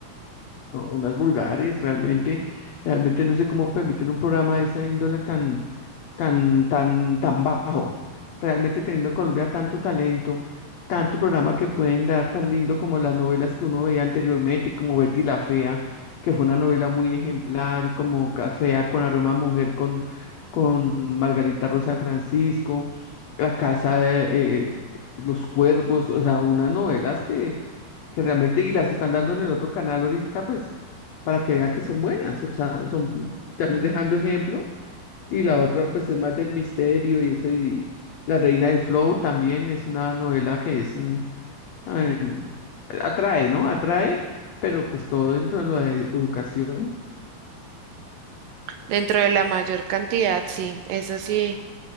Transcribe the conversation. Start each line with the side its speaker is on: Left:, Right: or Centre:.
Left: o- unas vulgares, realmente, realmente no sé cómo permiten un programa de esa índole tan, tan, tan, tan bajo. Realmente teniendo en Colombia tanto talento, tanto programa que pueden dar tan lindo como las novelas que uno veía anteriormente, como Betty la Fea, que fue una novela muy ejemplar, como Cafea con aroma a mujer con, con Margarita Rosa de Francisco, La Casa de eh, eh, los Cuervos, o sea, unas novelas que que realmente, y las que están dando en el otro canal ahorita, pues, para que vea que son buenas, o sea, son, te están dejando ejemplo, y la otra, pues, es más de misterio y eso, y La Reina del Flow también es una novela que es, mm, em, atrae, ¿no? Atrae, pero pues todo dentro de la de educación,
Right: Dentro de la mayor cantidad, sí, eso sí.